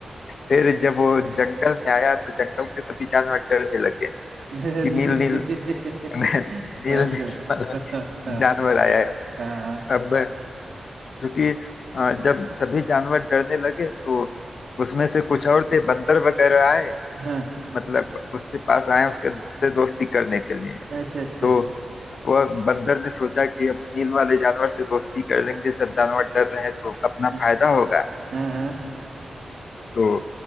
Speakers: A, on the left; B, on the right.
A: फिर जब वो जंगल में आया तो जंगल के सभी जानवर डरने लगे
B: अरे
A: कि नील नील
B: <laughs>
A: मैं नील
B: अच्छा
A: नील वाला
B: हाँ हाँ
A: जानवर आया है
B: हाँ
A: अब क्योंकि अ, जब सभी जानवर डरने लगे तो उसमें से कुछ और थे बंदर वगैरह आए
B: हाँ,
A: मतलब उसके पास आए उसके से दोस्ती करने के लिए
B: अच्छा अच्छा
A: तो वह बंदर ने सोचा कि अब नील वाले जानवर से दोस्ती कर लेंगे सब जानवर डर रहे हैं तो अपना
B: हाँ
A: फायदा होगा
B: हाँ हाँ
A: तो